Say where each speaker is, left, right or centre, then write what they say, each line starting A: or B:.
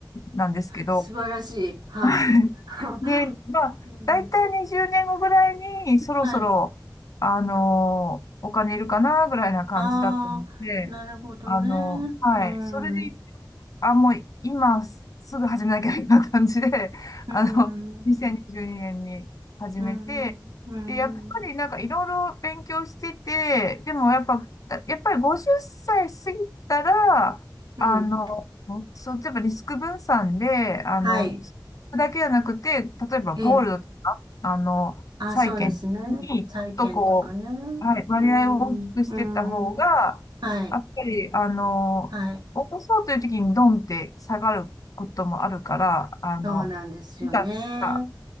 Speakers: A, on the left; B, on the right.
A: なんですけど、
B: 素晴らしい。はい。
A: <laughs>
B: <laughs>
A: で、まあ、
B: うん。
A: だいたい20年後ぐらいに、そろそろ、
B: はい。
A: あのーお金いるかな、ぐらいな感じだったので、
B: ああ、なるほどね。
A: あの、はい。
B: うん。
A: それでいっあ、もう今すぐ始めなきゃみたいな感じで、<laughs>
B: うん。
A: あの、2022年にじゅうにねんに始めて、
B: うん。うん。
A: で、やっぱりなんかいろいろ勉強してて、でもやっぱ、だやっぱり50歳過ぎたら、
B: うん
A: あの、そう、例えばリスク分散で、あの、
B: はい。
A: だけじゃなくて、例えばゴールドとか、
B: ええ。
A: あの、
B: あ、
A: 債券に、
B: そうですね。債券とかね。
A: ちょっとこう、はい、割合を大きくしてった方が、
B: うん。うん。はい。
A: やっぱり、あの、
B: はい。
A: 落とそうという時にドンって下がることもあるから、あの、
B: そうなんですよね。
A: なんか、